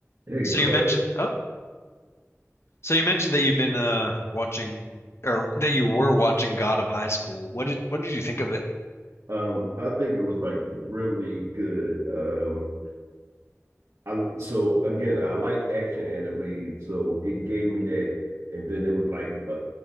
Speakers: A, on the right; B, on the left.
A: Hey
B: So
A: Clark,
B: you mentioned oh, so you mentioned that you've been uh watching or that you were watching God of High School. What did what did you think of it?
A: um, I think it was like really good. Um, I so again, I like action anime, so it gave me that, and then it was like uh,